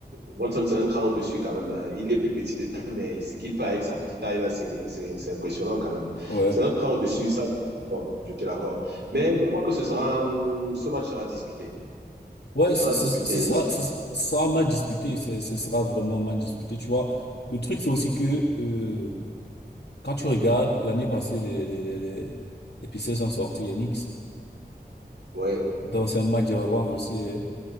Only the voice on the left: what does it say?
Ouais.
Ouais,
ce ce-
ce sera,
ce ce sera un match disputé. Ce ce sera vraiment un match disputé. Tu vois, le truc, c'est aussi que euh, quand tu regardes, l'année passée, les, les, les, les, les Pacers ont sorti les Knicks.
Donc, c'est un match de revanche aussi. hein.